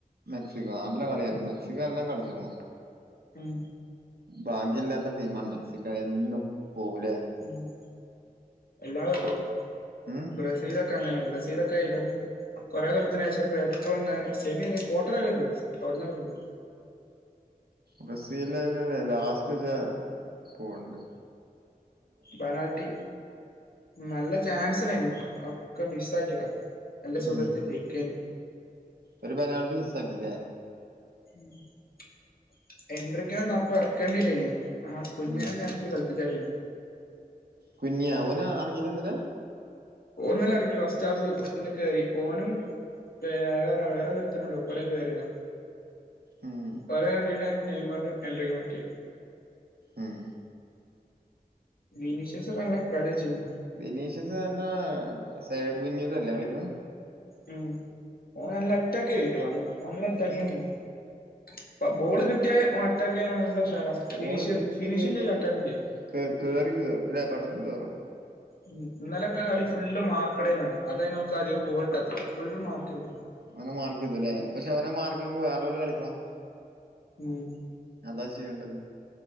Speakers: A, on the right (about 90°); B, on the left (about 70°).
A: മെക്സിക്കോ നല്ല കളിയായിരുന്നു മെക്സിക്കോ നല്ലം കളിച്ചക്കുണു
B: ഉം
A: ഭാഗ്യല്ലാത്ത ടീമാ മെക്സിക്കോ എന്നും പോവും ല്ലെ
B: ഉം എല്ലാ കൊല്ലം
A: ഉം
B: ബ്രസീലൊക്കെ അങ്ങനെ ബ്രസീലൊക്കെ ക്ക യി കൊറെ കൊല്ലത്തിനേഷം പ്പ എപ്പോഴും സെമി രെ ക്വാർട്ടർ രെ പോയി അവിടന്നാണ്ട് പോവു
A: ബ്രസീലല്ലേ ലാസ്റ്റ്ച്ച പോണ്ട്
B: ബനാൽട്ടി നല്ല ചാൻസിയായിന്നു ഒക്കെ മിസ് ആകിടാ നല്ല സുഖത്തി
A: ഉം
B: ജയിക്കെന്ന്
A: ഒരു പെനാൾട്ടി മിസ്സാക്കില്ലേ
B: ഉം <inaudible> എട്രക്കിനെ അപ്പ ഇറക്കേണ്ടിലെന്ന് ആ കുഞ്ഞനന്നെ
A: ഉം
B: ഇറക്കി കളിപ്പിച്ചാതിയർന്ന്
A: കുഞ്ഞിയ ഓന് എറങ്ങീന്ന ഇന്നല്ലെ
B: ഓന് ഇന്നലെ ഇങ്ങി ഫസ്റ്റ് ഹാഫ് പിന്നെ കേറി ഓനും- വേറെ വേറെ ഒരുത്തനുണ്ട് ഇപ്പരം കേറി വാ
A: ഉം
B: ഓര് എറങ്ങിട്ടാ നെയ്മറിനേയും ഇന്ദ്രിക്കി <unintelligible> നെ എറക്കിയത്
A: ഉം
B: വിനിഷസൊക്കെ നല്ല കളി കളി വെച്ചെനു
A: വിനീഷസ് എന്തുവാ സൈഡ് വിങ്ങിലല്ലേ കളിക്ക്ണ്
B: ഉം ഓൻ നല്ല അറ്റാക്കയിന് ട്ടോ നല്ല അറ്റാക്കിങ്
A: ഏ
B: ആയിന്നു ബോള് കിട്ടിയാ ഓന് അറ്റാക്ക് ചെയ്യാൻ നല്ല ഉഷാറാ
A: ബോള്
B: ഫിനിഷും
A: കിട്ടി
B: ഫിനിഷും
A: കഴിഞ്ഞാ
B: ചെയ്യും അറ്റാക്കും ചെയ്യും
A: കേ കേറി കേ ല്ലെ പെട്ടെന്ന് കേറും
B: ഉം ഇന്നലൊക്കെ കളി ഫുള്ള് മാർക്കടേന്നു അതേയിന്നു ഒന്ക്ക് അധികം ബോൾ കിട്ടാത്ത് ഫുള്ള് മാർക്കെയിന്നു
A: അവനെ മാർക്ക് ചെയ്തുല്ലേ പക്ഷെ അവനെ മാർക്കെയ്യുമ്പോ വേറെയുള്ളേര് കളിക്കണം
B: ഉം
A: അതാ ചെയ്യേണ്ടത്